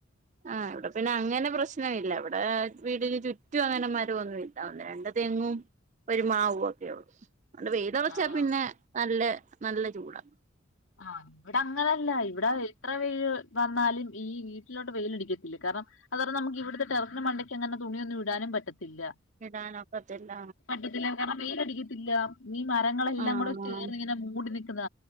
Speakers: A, on the right; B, on the left.
A: ആ ഇവിടെ പിന്നെ അങ്ങനെ പ്രശ്നം ഇല്ല ഇവിടെ വീടിന് ചുറ്റും അങ്ങനെ മരമൊന്നും ഇല്ല ഒന്ന് രണ്ട് തെങ്ങും ഒരുമാവു 'ഒക്കെയള്ളൂ അതോണ്ട് വെയിലറച്ചാ
B: ആഹ്
A: പിന്നെ നല്ല നല്ല ചൂടാണ്
B: ആഹ ഇവിടെ അങ്ങനല്ല ഇവിടെ എത്ര വെയിൽ വന്നാലും ഈ വീട്ടിലോട്ട വെയിലടിക്കത്തില്ല കാരണം അതോാര നമുക്ക് ഇവിടുത്തെ ടെറസിന് മണ്ടക്ക് അങ്ങെ തുണിയന്നും ഇടാനും പറ്റത്തില്ല ഇല്ല
A: ഇടാനൊക്കത്തില്ല
B: പറ്റത്തില്ല കാരണം വെയിലടി ഇല്ല ഈ മരങ്ങളെല്ലാം
A: ആഹ്
B: കൂടെ ചേർന്നിങ്ങനെ മൂടി നിക്കുന്ന